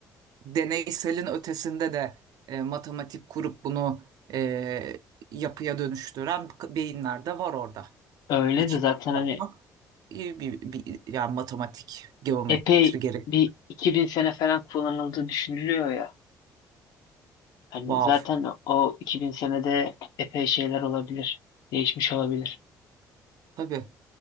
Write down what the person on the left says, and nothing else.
öyle
de zaten
hani
epey
bir 2000 sene falan kullanıldığı düşünülüyor ya. Hani
zaten o 2000 senede epey şeyler olabilir. Değişmiş olabilir.